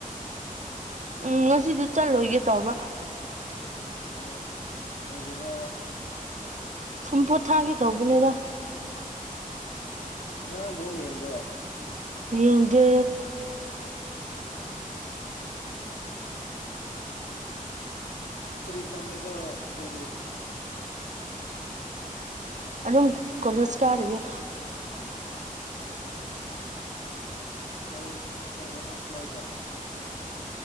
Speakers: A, on the right; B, on the left.
A: ꯎꯝ ꯉꯁꯤꯗꯤ ꯆꯠꯂꯣꯏꯒꯦ ꯇꯧꯕ
B: ꯑꯣ ꯀꯩꯒꯤꯔꯣ
A: ꯁꯨꯝ ꯄꯣꯊꯥꯒꯤ ꯇꯧꯕꯅꯤꯗ
B: ꯉꯔꯥꯡ ꯕꯣꯜ ꯌꯦꯡꯕ꯭ꯔꯣ
A: ꯌꯦꯡꯗꯦ
B: ꯀꯔꯤ ꯇꯝꯃꯤꯔꯣ ꯢꯆꯦꯗꯤ
A: ꯑꯗꯨꯝ ꯀꯣꯂꯦꯖ ꯀꯥꯔꯤꯌꯦ
B: ꯀꯩ ꯀꯩ ꯑꯣꯅꯔꯁ ꯂꯥꯎꯕ꯭ꯔꯥ